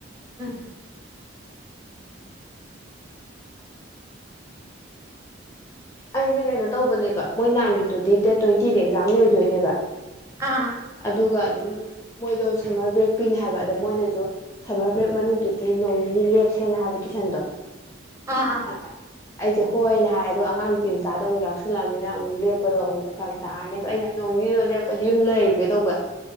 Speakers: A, on the right; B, on the left.
A: ꯎꯝ
B: ꯑꯩꯁꯦ ꯀꯩꯅꯣ ꯇꯧꯕꯅꯦꯕ ꯃꯣꯏ ꯅꯥꯟꯒꯤꯗꯨꯗꯤ ꯗꯦꯠ ꯇ꯭ꯋꯦꯟꯇꯤꯗ ꯑꯦꯛꯖꯥꯝ ꯂꯣꯏꯗꯣꯏꯅꯦꯕ꯫
A: ꯑꯥ
B: ꯑꯗꯨꯒ꯫ ꯑꯗꯨꯝ ꯃꯣꯏꯗꯣ ꯁꯝꯃꯔ ꯕ꯭ꯔꯦꯛ ꯄꯤꯅꯦ ꯍꯥꯏꯕ ꯑꯗ ꯃꯣꯏꯅꯁꯨ꯫ ꯁꯃꯔ ꯕ꯭ꯔ‌ꯦꯛ ꯃꯅꯨꯡ꯫ ꯅꯣꯡꯅꯤꯅꯤ꯫ ꯂꯦꯞꯁꯦꯅ ꯍꯥꯏꯕ ꯇꯨꯁꯟꯗꯣ
A: ꯑꯥ
B: ꯑꯗ꯫ ꯑꯩꯁꯦ ꯍꯣꯏꯅꯦ ꯍꯥꯏꯔ‌ꯦ ꯑꯗꯨ꯫ ꯑꯗꯣ ꯑꯉꯥꯡ ꯅꯨꯄꯤ ꯃꯆꯥꯗꯣ ꯑꯃꯨꯛ ꯌꯥꯎꯁꯜꯂꯑꯃꯤꯅ ꯑꯃꯨꯛ ꯂꯦꯞꯄꯗꯣ ꯑꯃꯛ ꯐꯔꯛ ꯇꯥꯔꯅꯦꯕ ꯑꯩꯅ ꯅꯣꯡ ꯅꯤꯅꯤꯗꯨ ꯂꯦꯞꯄꯗꯤ ꯌꯨꯝ ꯂꯩꯔꯨꯒꯦ ꯇꯧꯕ꯫